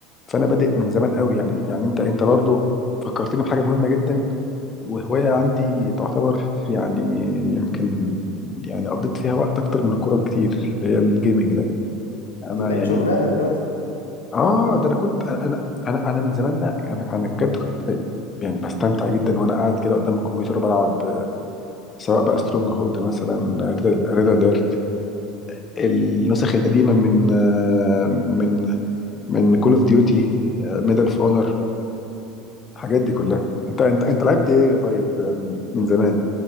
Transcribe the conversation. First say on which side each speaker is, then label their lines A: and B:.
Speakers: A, on the left; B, on the left.
A: فانا بادئ من زمان قوي يعني يعني انت انت برضو فكرتني بحاجه مهمه جدا وهوايه عندي تعتبر يعني يمكن يعني قضيت فيها وقت اكتر من الكوره بكتير اللي هي الجيمنج ده انا
B: دي بقت
A: يعني
B: شغلانة دلوقتي
A: اه ده انا كنت انا انا انا من زمان لا انا انا بجد كنت ب- يعني بستمتع جدا وانا قاعد كده قدام الكمبيوتر بلعب سواء بقى سترونج هولد مثلا ريد اليرت النسخ القديمه من آه، من من كول اوف ديوتي ميدل اوف اونر الحاجات دي كلها انت انت انت لعبت ايه يا طيب من من زمان